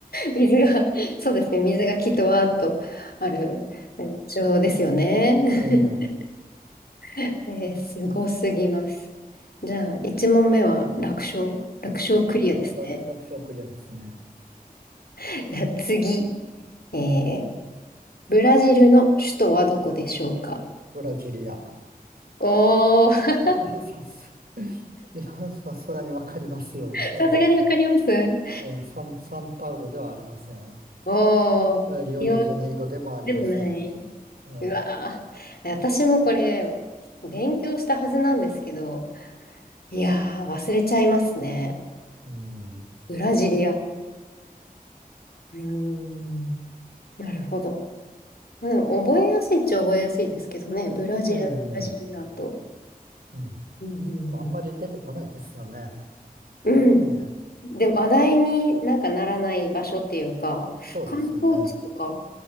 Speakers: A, on the left; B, on the right.
A: 水が、そうですね、水がきっとわーっとある場所ですよね。
B: えー
A: <laughs> えーすごすぎます。じゃあ、1問目は楽勝楽勝クリアですね。
B: らら楽勝クリアですね。
A: <laughs> じゃあ次、えー、ブラジルの首都はどこでしょうか
B: ブラジリア。
A: おー、
B: いや、さす、いや、さすがにわかりますよ、
A: <laughs>
B: それは。
A: さすがにわかりますなんか、
B: えーサン、サンパウロではありません。
A: おー、
B: えーリオデジャネイロでもありません。
A: リオでもない
B: ね。
A: うわー、私もこれ、勉強したはずなんですけど、いやー、忘れちゃいますね。
B: うん。
A: ブラジリア。うーん、なるほど。まあ、でも、覚えやすいっちゃ覚えやすいですけどね。ブラジル、
B: ええ
A: ブラジリアと。
B: うん。
A: うんうんうん
B: まあ、あんまり出てこないですよね。
A: うん。
B: ええ、
A: で、話題になんかならない場所っていうか、
B: そうですよね。
A: 観光地とか、